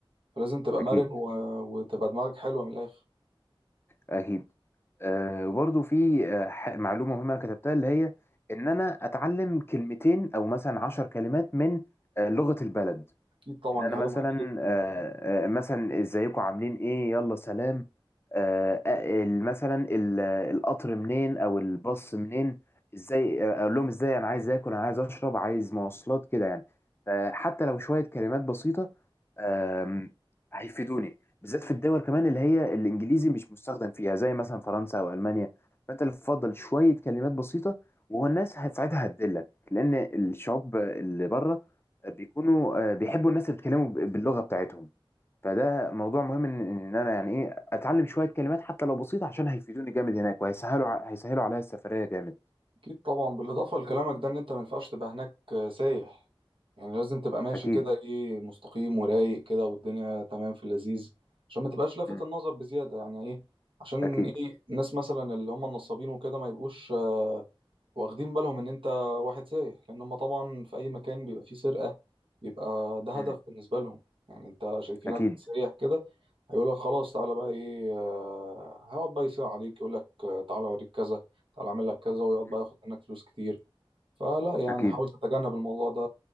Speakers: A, on the right; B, on the left.
A: فلازم تبقى
B: اكيد
A: مرن و... وتبقى دماغك حلوة من الآخر
B: اكيد آه، وبرضو في آه، ح- معلومه مهمه انا كتبتها اللي هي ان انا اتعلم كلمتين او مثلا عشر كلمات من آه، لغه البلد
A: أكيد طبعا
B: ان انا
A: دي حاجة
B: مثلا
A: مهمة جدا
B: آه، آه، مثلا ازيكم عاملين ايه يلا سلام آه، آه، ال- مثلا ال- القطر منين او الباص منين ازاي آه، اقول لهم ازاي انا عايز اكل انا عايز اشرب عايز مواصلات كده يعني فحتى لو شويه كلمات بسيطه آم، هيفيدوني بالذات في الدول كمان اللي هي الانجليزي مش مستخدم فيها زي مثلا فرنسا او المانيا فانت اللي تفضل شويه كلمات بسيطه والناس هت- ساعتها هتدلك لان الشعوب اللي بره بيكونوا آه، بيحبوا الناس اللي بيتكلموا ب- باللغه بتاعتهم فده موضوع مهم ان إن انا يعني ايه اتعلم شويه كلمات حتى لو بسيطه عشان هيفيدوني جامد هناك وهيسهلوا ع- هيسهلوا عليا السفريه جامد
A: اكيد طبعا بالاضافه لكلامك ده ان انت ما ينفعش تبقى هناك آه، سايح يعني لازم تبقى ماشي
B: اكيد
A: كده ايه مستقيم ورايق كده والدنيا تمام في اللذيذ عشان ما تبقاش لافت
B: مم.
A: النظر بزياده يعني ايه عشان
B: اكيد
A: ايه الناس مثلا اللي هم النصابين وكده ما يبقوش آه، واخدين بالهم ان انت واحد سايح لان هم طبعا في اي مكان بيبقى فيه سرقة بيبقى ده هدف
B: مم.
A: بالنسبة لهم يعني انت شايفينك
B: اكيد
A: سايح كده هيقول لك خلاص تعالى بقى ايه آه، هيقعد بقى يصيع عليك يقول لك آه، تعالى اوريك كذا تعالى اعمل لك كذا ويقعد بقى
B: مم.
A: ياخد منك فلوس كتير فلا يعني
B: اكيد
A: حاول تتجنب الموضوع ده